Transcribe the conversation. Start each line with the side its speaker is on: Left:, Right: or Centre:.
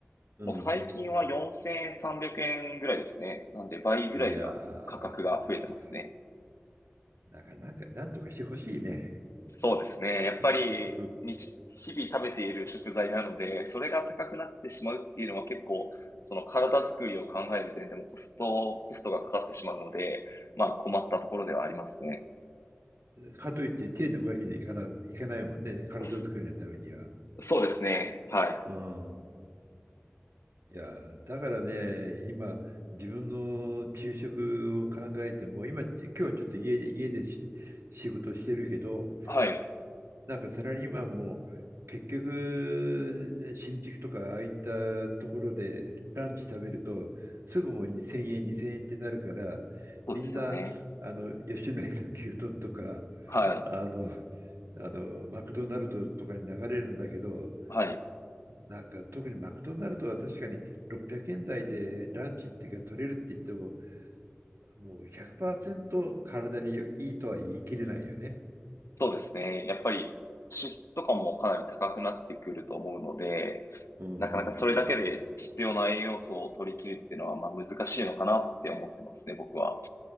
Right: うん。
Left: もう最近は4300円ぐらいですね。
Right: うん。
Left: なんで倍ぐらいには価格が増えてますね。
Right: いやー、なかなかなんとかしてほしいね。
Left: そうですね。やっぱり日、
Right: <laughs>
Left: 日々食べている食材なので、それが高くなってしまうっていうのは結構、その体作りを考える点でもコスト、コストがかかってしまうので、まあ困ったところではありますね。
Right: かといって手抜くわけにはいかない、いかないもんね、体作りのためには。
Left: そそうですね。はい。
Right: うん。いや、だからね、今、自分の給食を考えても、今、今日はちょっと家で、家でし仕事してるけど、
Left: はい。
Right: なんかサラリーマンも結局、新宿とかああいったところでランチ食べると、すぐもう2000円、2 0円ってなるから、
Left: そうですよね。
Right: みんな、あの、吉野家の牛丼とか、
Left: は
Right: あの、あのマクドナルドとかに流れるんだけど、
Left: い。はい。
Right: なんか特にマクドナルドは確かに600円台でランチっていうか取れるって言っても、もう100%体にいいとは言い切れないよね。
Left: そうですね。やっぱり支出とかもかなり高くなってくると思うので、
Right: うんうん
Left: なかなかそれだけで必要な栄養素を取り切るっていうのは、まあ難しいのかなって思ってますね、僕は。